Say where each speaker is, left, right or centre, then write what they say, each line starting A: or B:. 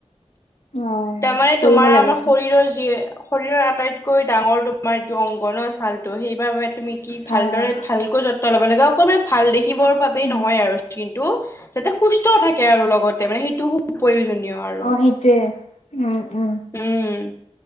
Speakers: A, on the left (about 75°); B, on the left (about 25°).
A: অ
B: তাৰমানে
A: কৰিব
B: তোমাৰ
A: লাগে
B: আমাৰ শৰীৰৰ যিয়ে শৰীৰৰ আটাইতকৈ ডাঙৰ তোমাৰ এইটো অংগনৰ ছালটো সেইবাবে তুমি কি
A: হয়
B: ভালদৰে
A: হয়
B: ভালকৈ যত ল'ব লাগে অকণমান ভাল দেখিবৰ বাবেই
A: উম
B: নহয় আৰু কিন্তু যাতে সুস্থ থাকে আৰু লগতে মানে সেইটো প্ৰয়োজনীয় আৰু।
A: অ সেইটোৱে উম-উম।
B: উম,